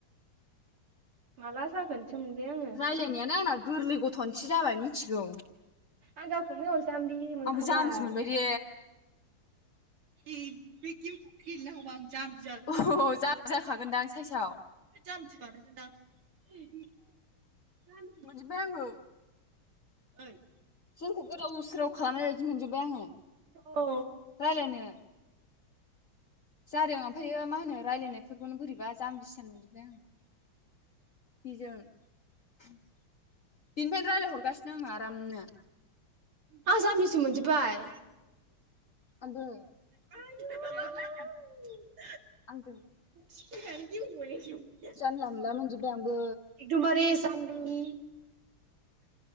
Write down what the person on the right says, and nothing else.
माला जागोन सो मोनबाय आङो।
आं गावखौनो गाव जाम्बि मोनखाबाय
ए बे गेमखौ गेलेनांगौबा आं जाम्बि
जाम्बि <unintelligible>
ओइ
औ
आं जाम्बिसो मोनजोब्बाय।
आयौ
सिनायजानो गिबावबाय।
एकदमबारे जाम्बि